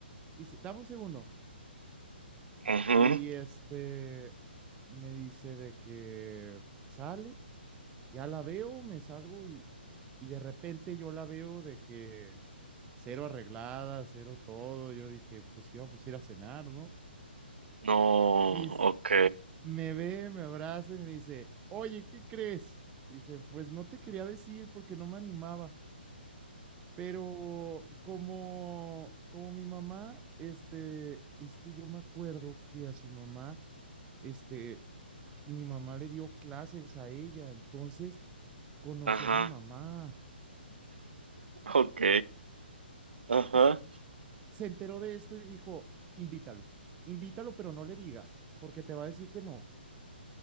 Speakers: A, on the right; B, on the right.
A: Y dice, dame un segundo.
B: ujú.
A: Y este, me dice de que sale, ya la veo, me salgo y, y de repente yo la veo de que cero arreglada, cero todo. Yo dije, pues íbamos a ir a cenar, ¿no?
B: No,
A: Mis,
B: ok,
A: me ve, me abraza y me dice, oye, ¿qué crees? Dice, pues no te quería decir porque no me animaba, pero como, como mi mamá, este, es que yo me acuerdo que a su mamá, este, mi mamá le dio clases a ella, entonces conocí
B: ajá,
A: a mi mamá.
B: ok, ajá,
A: Y se enteró de esto y dijo, invítalo, invítalo, pero no le digas, porque te va a decir que no.